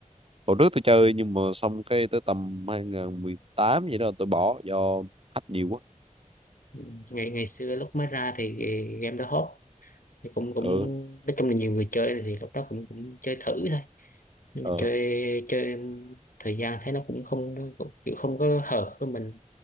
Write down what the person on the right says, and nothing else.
hồi trước tôi chơi nhưng mà xong cái tới tầm hai không một tám vậy đó tôi bỏ do hack nhiều quá
ừ
ừ